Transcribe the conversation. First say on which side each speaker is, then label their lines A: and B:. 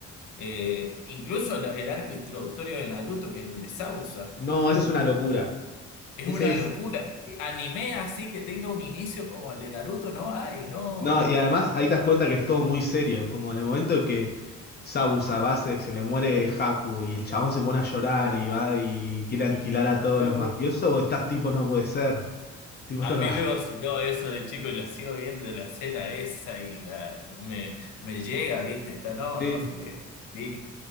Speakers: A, on the left; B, on the left.
A: Eh, incluso el, el arco introductorio de Naruto, que es el de Sausa.
B: no, esa es una locura.
A: Es
B: ese
A: una
B: es
A: locura. Eh, Anime así que tenga un inicio como el de Naruto, no hay, no.
B: No, y además ahí te das cuenta que es todo muy serio, como en el momento que Sabu Savasek se le muere Haku y el chabón se pone a llorar y va y quiere aniquilar a todos
A: No,
B: los mafiosos, vos estás tipo, no puede ser, tipo,
A: a
B: esto no...
A: mí
B: <laughs>
A: me vaciló eso de chico y la sigo viendo la escena esa y la me, me llega, ¿viste? Está, no,
B: Sí,
A: no, sí, es big.